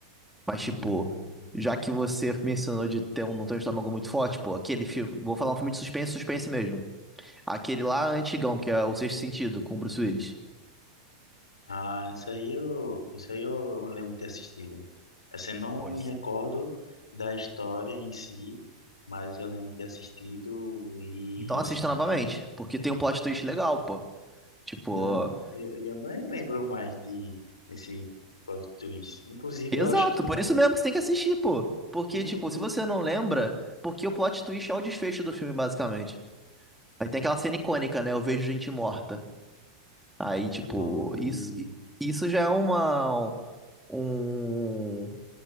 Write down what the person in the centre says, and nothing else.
Mas, tipo,
já que você mencionou de ter um, não ter um estômago muito forte, pô, aquele filme, vou falar um filme de suspense, suspense mesmo. Aquele lá antigão, que é O Sexto Sentido, com o Bruce Willis.
Pois.
Então assista
novamente,
porque tem um plot twist legal, pô. Tipo,
Exato,
por isso mesmo que você tem que assistir, pô. Porque,
tipo, se você não lembra, porque o plot twist é o desfecho do filme, basicamente. Aí tem aquela cena icônica, né? Eu vejo gente morta. Aí, tipo,
isso, isso já é uma, um,